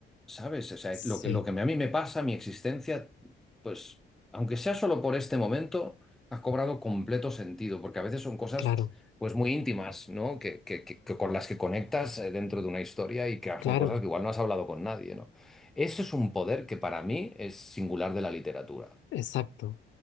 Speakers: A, in the centre; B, on the left (about 65°).
A: ¿sabes? O sea,
B: Sí,
A: lo que, lo que a mí me pasa, mi existencia, pues, aunque sea solo por este momento, ha cobrado completo sentido, porque a veces son cosas,
B: claro,
A: pues, muy íntimas, ¿no? Que, que- que- que con las que conectas eh, dentro de una historia y que
B: claro,
A: son cosas que igual no has hablado con nadie, ¿no? Eso es un poder que para mí es singular de la literatura.
B: exacto.